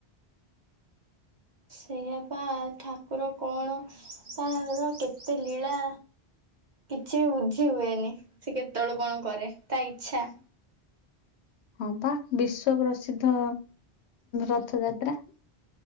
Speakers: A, on the right (about 45°); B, on the left (about 85°).
A: ସେଇଆ ପା ଠାକୁର କଣ ତାର କେତେ ଲୀଳା। କିଛି ବି ବୁଝି ହୁଏନି ସେ କେତେବେଳେ କଣ କରେ ତା ଇଚ୍ଛା।
B: ହଁ ପା ବିଶ୍ଵ ପ୍ରସିଦ୍ଧ ରଥଯାତ୍ରା।